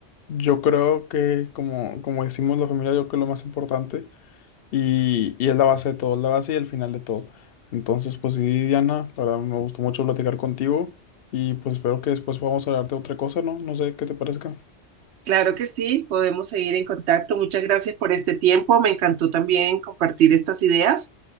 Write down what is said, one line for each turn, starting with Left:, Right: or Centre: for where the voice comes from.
Left: yo creo que como, como decimos la familia, yo creo que es lo más importante y, y es la base de todo, es la base y el final de todo. Entonces, pues sí, Diana, la verdad me gustó mucho platicar contigo y pues espero que después podamos hablar de otra cosa, ¿no? No sé qué te parezca.
Right: Claro que sí, podemos seguir en contacto. Muchas gracias por este tiempo. Me encantó también compartir estas ideas